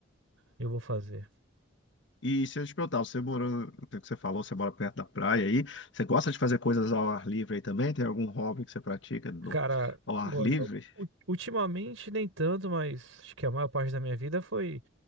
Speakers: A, on the right (about 85°); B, on the left (about 60°).
A: eu vou fazer.
B: E se eu te perguntar, você morou, o que você falou, você mora perto da praia aí, você gosta de fazer coisas ao ar livre aí também? Tem algum hobby que você pratica do,
A: Cara,
B: ao ar
A: go-
B: livre?
A: eu- u- ultimamente nem tanto, mas acho que a maior parte da minha vida foi